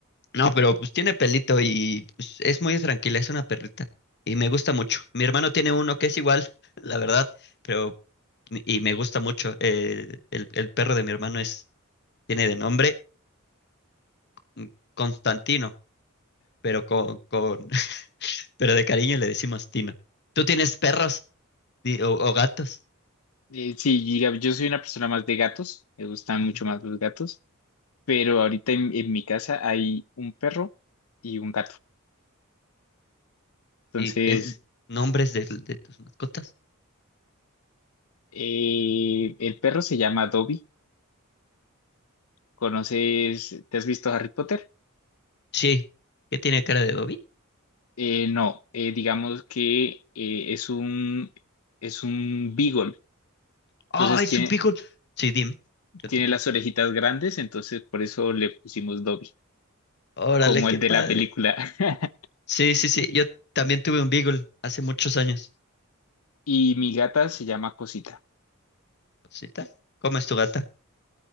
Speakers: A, on the left (about 50°); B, on the left (about 85°).
A: no, pero pues tiene pelito y pues, es muy tranquila, es una perrita y me gusta mucho. Mi hermano tiene uno que es igual, <laughs> la verdad, pero y me gusta mucho. Eh, el, el perro de mi hermano es, tiene de nombre mm, Constantino, pero con, con- <laughs> pero de cariño le decimos Tino. ¿Tú tienes perros Di- o, o gatos?
B: Eh, sí, diga- yo soy una persona más de gatos, me gustan
A: Ujú.
B: mucho más los gatos. pero ahorita en, en mi casa hay un perro y un gato. Entonces,
A: ¿Y qué n- nombres de, de tus mascotas?
B: eh, el perro se llama Dobby. ¿Conoces, te has visto Harry Potter?
A: Sí. ¿Qué tiene cara de Dobby?
B: Eh, no, eh, digamos que eh, es un, es un beagle.
A: ¡Ah,
B: Entonces
A: es
B: tiene,
A: un beagle! Sí, dime. Continúa.
B: tiene las orejitas grandes, entonces por eso le pusimos Dobby,
A: Órale,
B: como
A: qué
B: el de
A: padre.
B: la película. <laughs>
A: Sí, sí, sí. Yo también tuve un beagle hace muchos años.
B: Y mi gata se llama Cosita.
A: Rosita, ¿Cómo es tu gata?